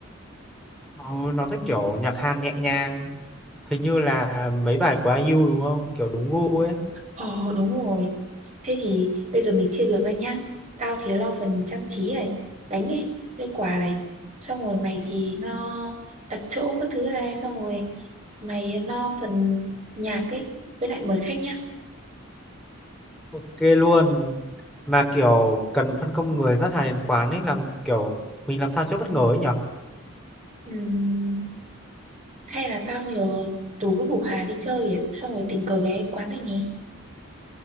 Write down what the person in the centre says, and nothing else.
ừ, nó thích kiểu nhạc Hàn nhẹ nhàng hình như là mấy bài của ai IU đúng không kiểu đúng gu ấy
ok luôn mà kiểu cần phân công người dắt hàng đến quán ấy làm kiểu mình làm sao cho bất ngờ ấy nhở